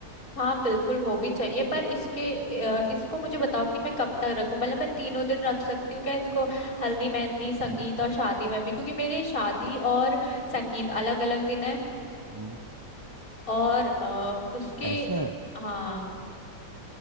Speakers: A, on the left (about 50°); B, on the right (about 30°).
A: हाँ बिल्कुल वो भी चाहिए पर इसके अ, इसको मुझे बताओ कि मैं कब तक रखूं मतलब मैं तीनों दिन रख सकती हूँ क्या इसको हल्दी मेहंदी संगीत
B: हम्म,
A: और शादी में भी क्योंकि मेरे शादी और संगीत अलग अलग दिन है
B: हम्म।
A: और अ, उसके
B: ऐसा है
A: हाँ